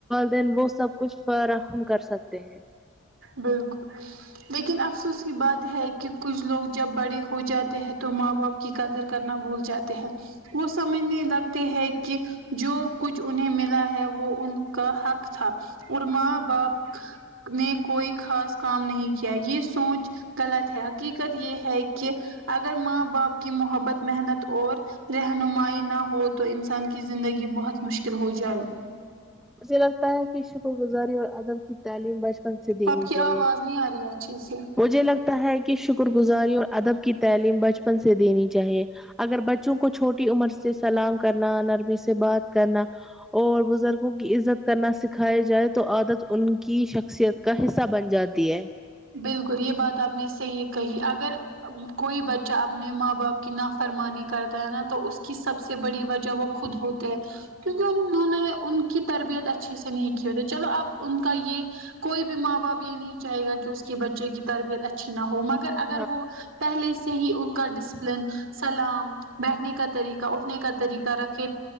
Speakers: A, in the centre; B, on the right.
A: دین وہ سب کچھ فراہم کر سکتے ہیں
B: بالکل لیکن افسوص کی بات ہے کہ کچھ لوگ جب بڑے ہو جاتے ہیں تو ماں باپ کی قدر کرنا بھول جاتے ہیں وہ سمجھنے لگتے ہیں کہ جو کچھ انہیں ملا ہے وہ ان کا حق تھا اور ماں باپ نے کوئی خاص کام نہیں کیا یہ سوچ غلط ہے حقیقت یہ ہے کہ اگر ماں باپ کی محبت محنت اور رہنمائی نہ ہو تو انسان کی زندگی بہت مشکل ہو جائے
A: مے لگتا ہے کہ شکر گزاری اور عدب کی تعلیم بچپن سے دینی
B: آپ کی
A: چاہیے
B: آواز نہیں آ رہی اچھے سے
A: مجھے لگتا ہے کہ شکر گزاری اور ادب کی تعلیم بچپن سے دینی چاہیے اگر بچوں کو چھوٹی عمر سے سلام کرنا نرمی سے بات کرنا اور بزرگ لوگوں کی عزت کرنا سکھائی جائے تو عادت ان کی شخصیت کا حصہ بن جاتی ہے
B: بالکل یہ بات آپ نے صحیح کہی اگر کوئی بچہ اپنے ماں باپ کی نافرمانی کرتا ہے نا تو اس کی سب سے بڑی وجہ وہ خود ہوتے ہے کیونکہ انہوں نے ان کی تربیت اچھی سے نہیں کی ہوتی چلو آپ ان کا یہ کوئی بھی ماں باپ یہ نہیں چاہے گا کہ اس کہ بچوں کی تربیت اچھی نہ ہو مگر اگر
A: ہاں
B: وہ پہلے سے ہی ان کا ڈسپلن سلام بیٹھنے کا طریقہ اٹھنے کا طریقہ رکھے